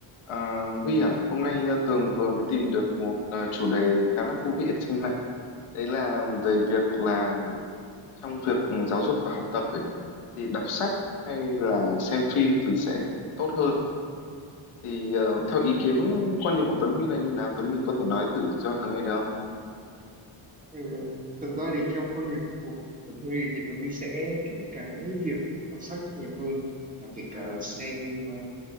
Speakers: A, on the left; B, on the right.
A: À, Huy à, hôm nay ờ, Tường vừa mới tìm được một ờ, chủ đề khá là thú vị ở trên mạng. Đấy là về việc là trong việc ừ, giáo dục và học tập ấy, thì đọc sách hay là xem phim thì sẽ tốt hơn. Thì ờ, theo ý kiến
B: Ừ.
A: quan điểm của Tuấn Huy là như nào? Tuấn Huy có thể nói thử cho Tường nghe được không?
B: Thì, ờ, thực ra thì theo quan điểm của Tuấn Huy thì Tuấn Huy sẽ thích cái việc đọc sách nhiều hơn là việc ờ,
A: Ừ,
B: xem ờ,